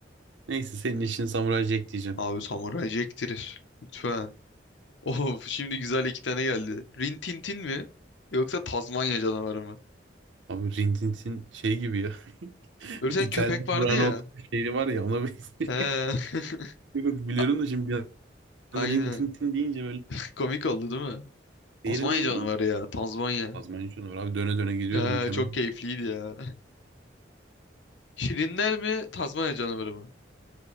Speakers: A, on the right (about 90°); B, on the left (about 80°).
A: Neyse senin işin Samuray Jack diyeceğim.
B: Abi Samurai Jack'tir. Lütfen. <laughs> Of şimdi güzel iki tane geldi. Rin Tin Tin mi? Yoksa Tazmanya canavarı mı?
A: Abi Rin Tin Tin şey gibi ya.
B: Öyle bir tane
A: İtalyan
B: köpek vardı
A: Brandt
B: ya.
A: şehri var ya ona benziyor. <laughs>
B: He.
A: Yok, yok, biliyorum
B: <laughs>
A: da şimdi bir anda
B: Aynen.
A: Rin Tin Tin deyince böyle.
B: <laughs> Komik oldu değil mi?
A: Diğeri
B: Tazmanya
A: neydi?
B: canavarı ya. Tazmanya.
A: Azerbaycan var. Abi döne döne gidiyordum
B: Ya,
A: mükemmel.
B: çok keyifliydi ya. Şirinler mi? Tazmanya canavarı mı?